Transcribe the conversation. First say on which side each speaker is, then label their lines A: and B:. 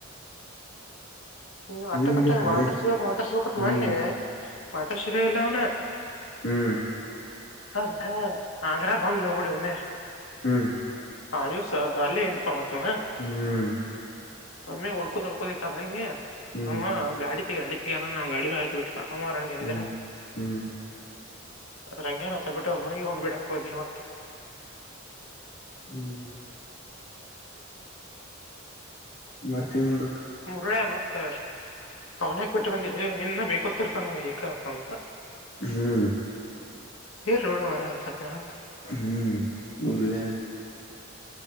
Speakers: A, on the left (about 80°); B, on the left (about 60°).
A: ಇ ಅಟ್ಟ
B: ನೀವ
A: ಕಟ್ಟ
B: ಇಲ್ಲಿ ಕಾಲೇಜ್
A: ಮಾತಾಡ್ಸ್ಬೇಕಕ್ ಮಾತಾಡ್ಸ್ಬೇಕತ್
B: ಹ್ಮ್
A: ಮನ್ನಿ ಮಾತಾಡ್ಸಿರ ಇಲ್ಲ ಅವನ
B: ಹ್ಮ್
A: ಅೌದ ನ್ರ ಬಂದ್ ೋಡು ಒಮ್ಮೆ
B: ಹ್ಮ್
A: ಹ ದಿವ್ಸ ಅಲ್ಲೇ ಇ ಮತ್ತ ಇವ
B: ಹ್ಮ್
A: ಒಮ್ಮೆ ಹೊಡ್ಕೋದ ಹೊಡ್ಕೋದ ಇರ್ತ ಬಿ
B: ಹ್ಮ್
A: ಅವ ಗಾಡಿ ಗಾಡಿಗಲ್ಲ ನಾವು ಗಾಡಿ ಮೆ ಹಾಚಬ ಬಿಟ್ಟವಿ ಸಾಮಾರಂಗೆ
B: ಹ್ಮ್
A: ಇದ್ರೆ
B: ಹ್ಮ್
A: ರಂಗೇನ್ತ್ತ ಬಿಟ್ ಅವ್ರ ಮನೆಗೆ ಹೊಂದ್ಬಿಡ ಹಾಕ್ೋದ್ ನಿವತ್
B: ಹ್ಮ್ ಮತ್ತೆ ಹುಗ
A: ಮುರುಳ್ಯ ಮಾತರ್ ಅವನ್ಕ್ ಯಾಕ್ಬಿಟ್ಟು ಬಂದಿರಿ ನಿನ್ನ ಬೇಕೊತ್ತಿರ್ತಾನಾ ಏಕತ ಅಂತ
B: ಹ್ಮ್
A: ಏ ರೋಡ ಮಾರತ ನ
B: ಹ್ಮ್ ಉರಲ